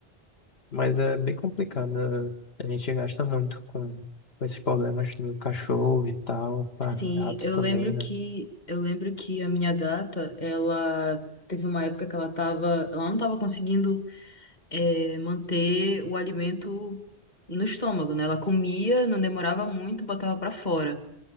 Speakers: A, on the left (about 80°); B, on the left (about 45°).
A: mas é bem complicado. né? A gente gasta muito com, com esses problemas no cachorro e tal, para
B: sim,
A: gatos
B: eu
A: também,
B: lembro
A: né?
B: que eu lembro que a minha gata, ela teve uma época que ela tava, ela não tava conseguindo eh, manter o alimento no estômago, né? Ela comia, não demorava muito, botava pra fora.